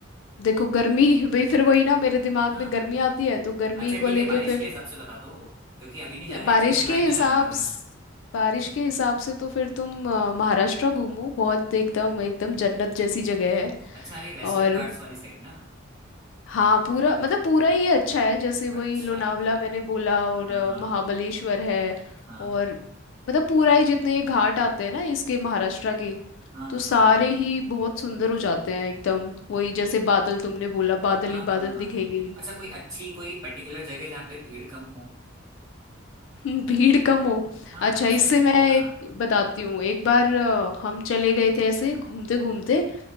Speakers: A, on the left; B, on the right.
A: देखो गर्मी <laughs> वही फिर वही ना मेरे दिमाग
B: हाँ
A: में गर्मी आती है तो गर्मी
B: अच्छा
A: को
B: ठीक
A: लेके
B: है बारिश
A: फिर
B: के हिसाब से बता दो क्योंकि अभी नहीं जा रहे
A: बारिश
B: हैं एक्चुअली जुलाई
A: के
B: में
A: हिसाब
B: जाने वाले हैं हम
A: स- बारिश के हिसाब से तो फिर तुम अ, महाराष्ट्र घूमो बहुत एकदम एकदम जन्नत जैसी जगह है
B: अच्छा ये वेस्टर्न
A: और
B: घाट्स वाली साइड ना
A: हाँ पूरा मतलब पूरा ही अच्छा है जैसे
B: अच्छा
A: वही लोनावला मैंने बोला और
B: हाँ
A: अ,
B: हाँ
A: महाबलेश्वर है
B: हाँ
A: और मतलब पूरा ही जितने ये घाट आते हैं ना इसके महाराष्ट्र के
B: हाँ
A: तो सारे
B: हाँ
A: ही बहुत सुंदर हो जाते हैं एकदम वही जैसे बादल तुमने बोला बादल
B: हाँ
A: ही
B: हाँ
A: बादल
B: हाँ हाँ
A: दिखेंगे
B: अच्छा कोई अच्छी कोई पर्टिकुलर जगह जहाँ पे भीड़ कम हो
A: <laughs> हम्म, भीड़ कम हो
B: हाँ
A: अच्छा
B: जैसे
A: इससे मैं
B: हाँ
A: एक बताती हूँ एक बार अ, हम चले गए थे ऐसे घूमते घूमते